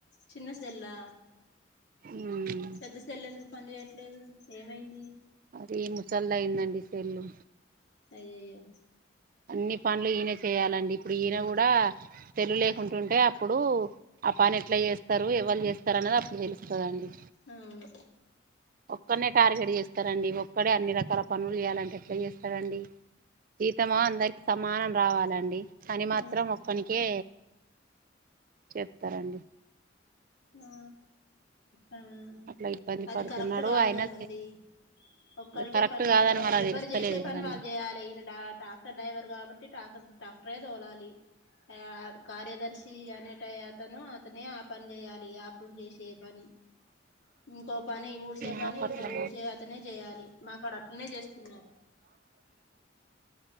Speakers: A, on the left (about 70°); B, on the right (about 45°).
A: చిన్న సెల్లా
B: మ్మ్
A: పెద్ద సెల్ ఎందుకు పని చేయట్లేదు ఏమైంది
B: అది ముసల్ దయిందండి సెల్లు
A: అయ్యయ్యో
B: అన్ని పనులు ఈయనే చేయాలండి ఇప్పుడు ఈయన కూడా సెల్లులే ఉంటుంటే అప్పుడూ ఆపని ఎట్ల చేస్తరు ఎవళ్ చేస్తరు అన్నది అప్పుడు తెలుస్తదండి
A: అవును
B: ఒక్కరినే టార్గెట్ చేస్తరండి ఒక్ ఒక్కడే అన్ని రకాల పనులు చేయాలంటే చేయస్తడండి తీ ఇస్తమో అందరికి సమానం రావాలండి పని మాత్రం
A: ఆ
B: ఒక్కనికే చెప్తారండి
A: ఆ ఆ ఉ
B: అట్లా ఇబ్బంది
A: అది
B: పడుతున్నాడు
A: కరెక్ట్ గాదు
B: అయినా
A: కదండి ఒక్కడికే
B: కరెక్ట్
A: పని చెప్పడం
B: కాదని మరి అది
A: ఎవరు
B: తెలుస్తలేదు
A: చేసే పని
B: కదండి
A: వాళ్ళు జేయాలే ఈయన ట్రాక్టర్ డ్రైవర్ కాబట్టి ట్రాక్టర్ ట్రాక్ ట్రే తోలాలి ఆ కార్యదర్శీ అనేటై అతను నే ఆ పని చేయాలి అప్పుడు చేసే పని ఇంకో పని ఊడ్చే పని
B: మాకు
A: ఇంకో
B: అట్లా
A: ఊడ్చే అతనే జేయాలి మాకాడ అట్లనే చేస్తున్నారు